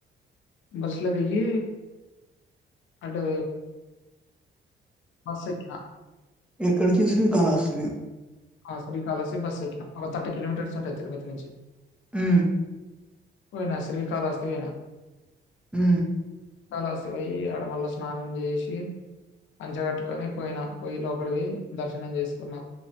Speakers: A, on the left; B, in the centre.
A: బస్ ల దిగి అటు బస్సేక్కిన
B: ఎక్కడికి శ్రీకాళశ్రీ
A: ఆ శ్రీకాళశ్రీ బస్ ఎక్కినా అ థర్టీ కిలోమీటర్స్ ఉంటది తిరుపతి నుంచి
B: ఉ
A: పోయినా శ్రీకాళస్తి పొయినా
B: ఉ
A: కాలాస్తీ ఒయి ఆడ మల్ల స్నానం చేసి పంచ గట్టుకొని పోయిన పొయ్యి లోపడి పోయి దర్శనం చేసుకున్నా